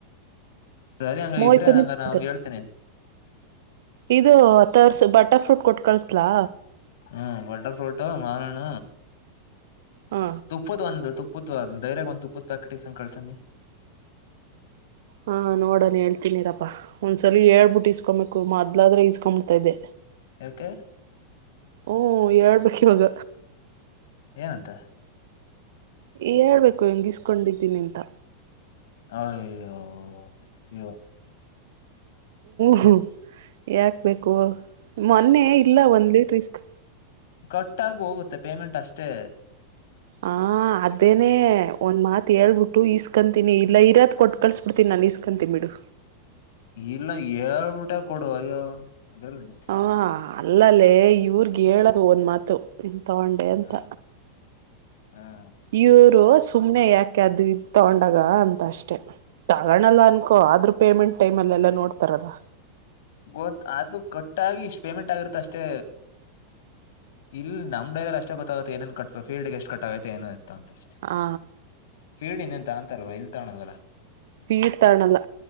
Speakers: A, on the left; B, on the right.
A: ಸರಿ ಹಂಗ
B: ಮೋಹಿತನು
A: ಇದ್ರೆ ಹಂಗ
B: ತಿಂತಾರೆ
A: ನಾ ಅವನ್ ಹೇಳ್ತೇನೆ
B: ಇದು ತರ್ಸ ಬಟರ್ಫ್ರೂಟ್ ಕೊಟ್ ಕಳ್ಸ್ಲಾ
A: ಹ್ಮ್ ಬಟರ್ಫ್ರೂಟ್ ಮಾಾರಣ
B: ಹಾ
A: ತುಪ್ಪದ ಒಂದು ತುಪ್ಪ ತುಪ್ಪೂತ್ ಧೈರಾಗ ಒಂದ್ ತುಪ್ಪೂತ್ ಪ್ಯಾಕೆಟ್ ಇಸನ್ ಕಳ್ಸಮ್ಮಿ
B: ಹಾ ನೋಡೋಣ ಹೇಳ್ತೀನಿರಪ್ಪಾ ಒಂದ್ಸಲ ಹೇಳ್ಬಿಟ್ಟು ಇಸ್ಕೊಬೇಕು ಮೊದ್ಲಾದ್ರೆ ಇಸ್ಕೊಂಬಿತಾ ಇದೆ
A: ಯಕೆ
B: ಹ ಹೇಳಬೇಕು ಇವಾಗ
A: ಏನಂತ
B: ಏ ಹೇಳ್ಬೇಕು ಇಸ್ಕೊಂಡಿದೀನಿ ಅಂತ
A: ಅಯ್ಯೋ ಶಿವ
B: ಹ್ಮ್ ಯಾಕ್ಬೇಕು ಮೊನ್ನೆ ಇಲ್ಲ ಒಂದ್ ಲ ರಿಸ್ಕ್
A: ಕಟ್ಟಾಗಿ ಹೋಗುತ್ತೆ ಪೇಮೆಂಟ್ ಅಷ್ಟೇ
B: ಹ ಅದೇನೆ ಒಂದ್ ಮಾತ್ ಹೇಳ್ಬಿಟ್ಟು ಈಸ್ಕಂತೀನಿ ಇಲ್ಲ ಇರತ್ ಕೊಟ್ ಕಳ್ಸ್ ಬಿಿಡ್ತೀನಿ ನಾ ಇಸ್ಕೊಂತೀನಿ ಬಿಡು
A: ಇಲ್ಲ ಹೇಳ್ಬಿಟ್ಟೆ ಕೊಡು ಅಯ್ಯೋ ಅದ್ರಲ್ಲಿ
B: ಹ ಅಲ್ಲಲ್ಲೇ ಇವ್ರಗ ಹೇಳದು ಒಂದ್ ಮಾತು ತಗೊಂಡೆ ಅಂತ
A: ಹ್ಮ್ ಹ್ಮ್
B: ಇವರು ಸುಮ್ನೆ ಯಾಕೆ ಅದು ಇ ತಗೊಂಡಾಗ ಅಂತ ಅಷ್ಟೆ ತಗಣಲ್ಲ ಅನ್ಕೊ ಆದ್ರರು ಪೇಮೆಂಟ್ ಟೈಮ್ಲ್ಲ ಎಲ್ಲ ನೋಡ್ತಾರಲ್ಲ
A: ಗೊತ್ ಅದು ಕಟ್ಟಾಗಿ ಇಷ್ಟ ಪೇಮೆಂಟ್ ಆಗಿರುತ್ತ ಅಷ್ಟೇ ಇಲ್ಲ ನಮ್ಡ ಎಲ್ಲ ಅಷ್ಟೇ ಗೊತ್ತಾಗುತ್ತೆ ಏನೇನ್ ಕಟ್ುಫೀರ್ಡ್ಗೆಷ್ಟು ಕಟ್ಟ ಆುತ್ತೆ ಏ ಂತ ಅಷ್ಟೆ
B: ಆ
A: ಫೀಡ್ನ್ ಎಂತ ಅಂತಲ್ವಾ ಇಲ್ ತಾಣೋದ್ವಲ್ಲ
B: ಪೀಟ್ ತಗಳಲ್ಲ